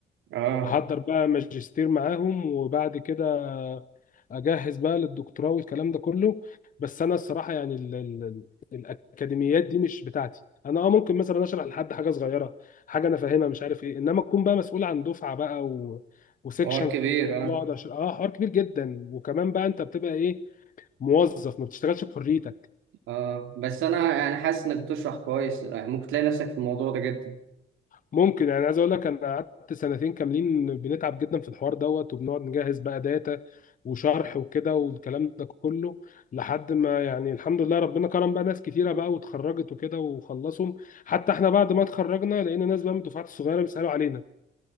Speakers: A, on the right (about 85°); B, on the left (about 40°).
A: اه
B: احضر بقى ماجستير معاهم وبعد كده اجهز بقى للدكتوراه والكلام ده كله بس انا الصراحه يعني ال- ال- الاكاديميات دي مش بتاعتي انا اه ممكن مثلا اشرح لحد حاجه صغيره حاجه انا فاهمها مش عارف ايه انما اكون بقى مسؤول عن دفعه بقى و... وسكشن
A: حوار كبير اه
B: بقعد أشرح- اه حوار كبير جدا وكمان بقى انت بتبقى ايه موظف ما بتشتغلش بحريتك
A: اه بس انا يعني حاسس انك بتشرح كويس يعني ممكن تلاقي نفسك في الموضوع ده جدا
B: ممكن يعني عايز اقول لك انا قعدت سنتين كاملين بنتعب جدا في الحوار دوت وبنقعد نجهز بقى داتا وشرح وكده والكلام ده كله لحد ما يعني الحمد لله ربنا كرم بقى ناس كتيره بقى واتخرجت وكده وخلصهم حتى احنا بعد ما اتخرجنا لقينا ناس بقى من الدفعات الصغيره بيسالوا علينا